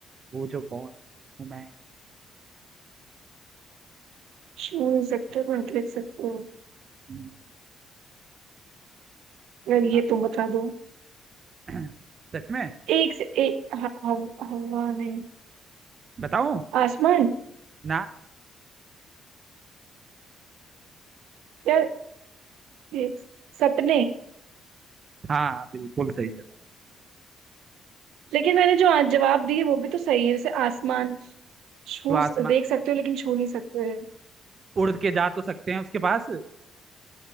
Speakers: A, on the right (about 45°); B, on the right (about 80°).
A: वो जो कौन हूँ मैं
B: शून्य सकते हो देख सकते हो
A: हम्म,
B: अगर ये
A: यार
B: तुम बता दो
A: <clears throat> सच में
B: एक से एक ह- हव- हवा नहीं
A: बताऊं
B: आसमान
A: ना
B: या ये सपने
A: हाँ बिल्कुल सही जवाब
B: लेकिन मैंने जो आज जवाब दिए वो भी तो सही है जैसे आसमान छू
A: जो आसमान
B: देख सकते हो लेकिन छू नहीं सकते
A: उड़ के जा तो सकते हैं उसके पास